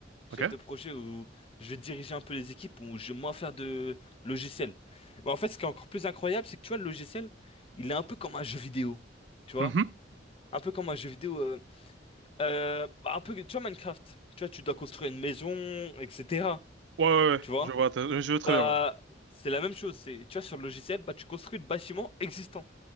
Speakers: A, on the right; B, on the left.
A: Ok.
B: chef de projet où je vais diriger un peu les équipes, où je vais moins faire de logiciel. Mais en fait, ce qui est encore plus incroyable, c'est que tu vois, le logiciel, il est un peu comme un jeu vidéo. Tu vois?
A: Mhm.
B: Un peu comme un jeu vidéo. euh, euh, bah, un peu, tu vois, Minecraft. Tu vois, tu dois construire une maison, etc.
A: Ouais, ouais, ouais.
B: Tu vois?
A: Je vois, t'as- je vois très
B: Bah,
A: bien, ouais.
B: c'est la même chose. C'est, tu vois, sur le logiciel, bah, tu construis le bâtiment existant.